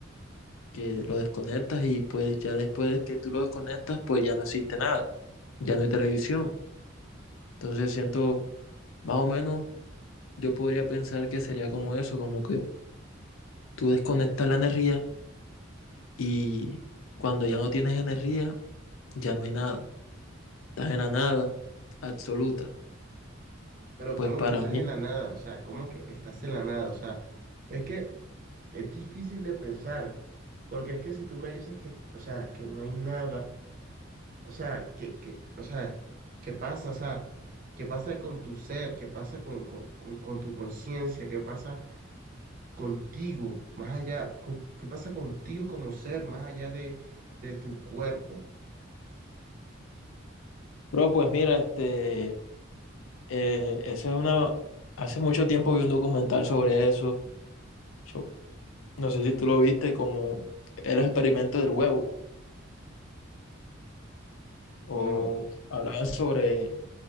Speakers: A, on the left; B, on the right.
A: que lo desconectas y pues ya después que tú lo desconectas, pues ya no existe nada, ya no hay televisión. Entonces siento, más o menos, yo podría pensar que sería como eso, como que tú desconectas la energía y cuando ya no tienes energía, ya no hay nada, estás en la nada absoluta,
B: Pero
A: pues
B: como
A: para
B: que estás
A: mí.
B: en la nada, o sea, como que estás en la nada, o sea, es que es difícil de pensar, porque es que si tú me dices que, o sea, que no hay nada, o sea, que, que, o sea, ¿qué pasa? O sea, ¿qué pasa con tu ser? ¿Qué pasa con, con, con, con tu conciencia? ¿Qué pasa contigo, más allá, con- qué pasa contigo como ser, más allá de, de tu cuerpo?
A: Bro, pues mira, este, eh, esa es una, hace mucho tiempo vi un documental sobre eso, so- no sé si tú lo viste, como el experimento del huevo, o
B: No.
A: hablaban sobre